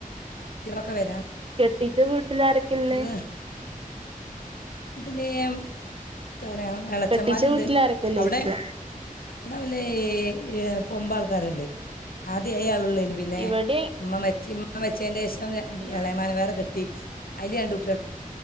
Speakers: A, on the left (about 85°); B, on the right (about 40°).
A: ഏട്ടത്തികളൊക്കെ വരാനുണ്ട്
B: കെട്ടിച്ച വീട്ടില് ആരൊക്കെല്ലേ
A: ഇതില് ലേ എത്തറിയ എളച്ചന്മാര്ണ്ട്
B: കെട്ടിച്ച വീട്ടിലാരൊക്കെല്ലോയ്ച്ച
A: അവിടെ അവിടെ വലെ പൊമ്പ ആൾക്കാരുണ്ട് ആദ്യ അയാ പിന്നെ
B: ഇവിടെ
A: ഉമ്മ മരിച്ചി <unintelligible> <unintelligible> <unintelligible>
B: ഏഹ്
A: ഇളയ മകനെ വേറെ കെ ട്ടി അയില് രണ്ട് കുട്ടികള്